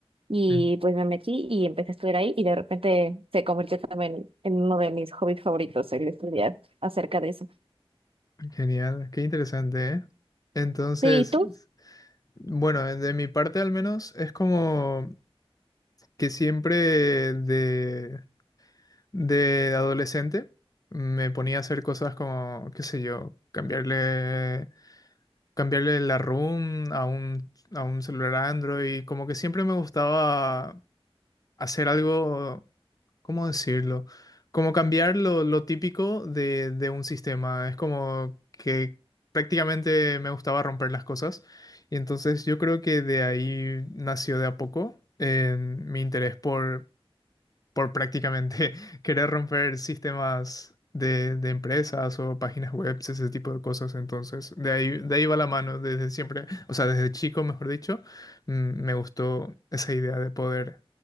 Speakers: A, on the right; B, on the left.
A: Y
B: Mm,
A: pues me metí y empecé a estudiar ahí y de repente se convirtió también en uno de mis hobbies favoritos, el estudiar acerca de eso.
B: Genial, qué interesante, ¿eh? Entonces,
A: Sí, ¿y tú?
B: bueno, de mi parte al menos es como que siempre de, de adolescente me ponía a hacer cosas como, qué sé yo, cambiarle. cambiarle la ROM a un, a un celular Android. Como que siempre me gustaba hacer algo, ¿cómo decirlo? Como cambiar lo, lo típico de, de un sistema. Es como que prácticamente me gustaba romper las cosas. Y entonces yo creo que de ahí nació de a poco eh, mi interés por, por prácticamente <laughs> querer romper sistemas de, de empresas o páginas web, ese tipo de cosas. Entonces, de ahí, de ahí va la mano desde siempre, o sea, desde chico, mejor dicho, mm, me gustó esa idea de poder,